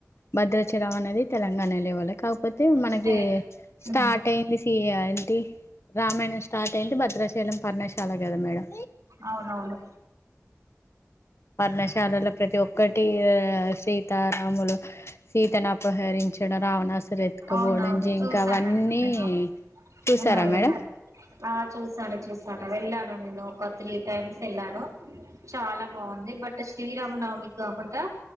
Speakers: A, on the left (about 55°); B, on the right (about 80°).
A: భద్రాచలం అనేది తెలంగాణ లేవాలి కాకపోతే మనకి
B: స్టేట్
A: స్టార్ట్
B: ఉమ్
A: అయింది ది అంటి రామాయణం స్టార్ట్ అయింది బద్ చిత్రశైలం పర్ణశాల కదా మేడం
B: అవునవును
A: వర్ణశాలలో ప్రతి ఒక్కటీ సీతారాములు సీతను అపహరించిన రావణాసు రెతుకపోవడం
B: అవునవును
A: జింకా
B: చూసానండి
A: అవన్నీ
B: నేను
A: చూసారా
B: ఉన్నాయి ఉన్నాయి
A: మేడం
B: ఆ చూసాను చూస్ తను వెళ్ళాను నేను ఒక త్రీ టైమ్స్ వెళ్ళాను చాలా బాగుంది బట్ శ్రీరామనవమికి కాకుండా